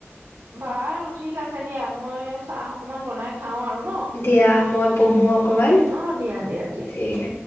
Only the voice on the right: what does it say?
বাৰু ঠিক আছে দিয়া মই চাহ অকমান বনাই খা খাওঁ আৰু ন
দিয়া
অ দিয়া দিয়া দিয়া।